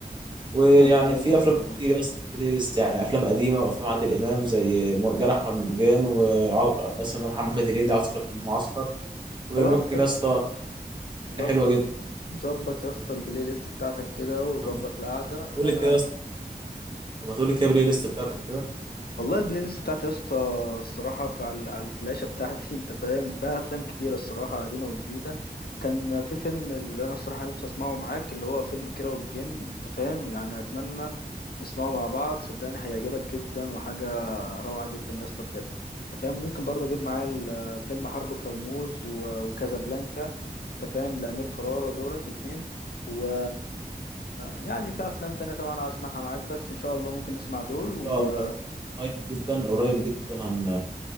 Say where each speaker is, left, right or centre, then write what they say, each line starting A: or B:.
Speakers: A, on the right (about 30°); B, on the left (about 75°).
A: ويعني
B: ممتاز
A: في
B: يا اسطى
A: افلام
B: والله
A: كتير يا اسطى في البلاي ليست يعني افلام قديمه وافلام عادل امام زي مرجان احمد مرجان ومثلا محمد هنيدي عسكر في المعسكر وممكن
B: خلاص يا اسطى
A: يا اسطى
B: ظبط
A: حاجه حلوه جدا
B: ظبط يا اسطى البلاي ليست بتاعتك كده وظبط
A: طب
B: القعده وانا
A: قول لي كده يا اسطى طب ما تقول لي كده البلاي ليست بتاعتك كده
B: والله البلاي ليست بتاعتي يا اسطى الصراحة في على على الفلاشة بتاعتي انت فاهم فيها أفلام كتيرة الصراحة قديمة وجديدة كان في فيلم اللي أنا الصراحة نفسي أسمعه معاك اللي هو فيلم كيرة والجن انت فاهم يعني أتمنى نسمعه مع بعض صدقني هيعجبك جدا وحاجة روعة جدا يا اسطى بجد انت فاهم ممكن برضه أجيب معايا ال- فيلم حرب كرموز و- وكازابلانكا انت فاهم لأمير كرارة دولت الاتنين و يعني في أفلام تانية طبعا عايز أسمعها معاك بس إن شاء الله ممكن نسمع دول و...
A: شاء الله قريب جدا قريب جدا هن...